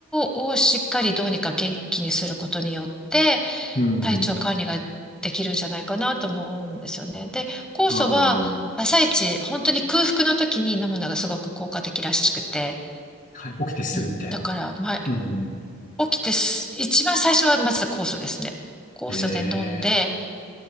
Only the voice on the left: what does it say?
ーん、
ああ、は
い、起きてすぐみたいな。
うん、
ええ